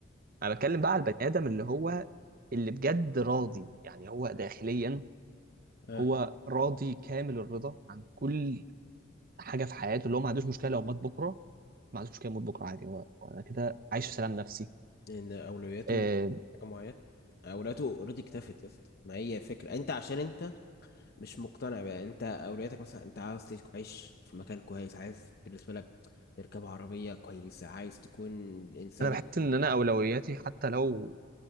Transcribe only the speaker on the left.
اه
ان اولوياته
مش حاجه معينه اولوياته اوريدي اكتفت يا اسطى ما هي فكره انت عشان انت مش مقتنع بقى انت اولوياتك مثلا انت عاوز تعيش تعيش في مكان كويس عايز بالنسبه لك تركب عربيه كويسه عايز تكون الانسان
اللي معاك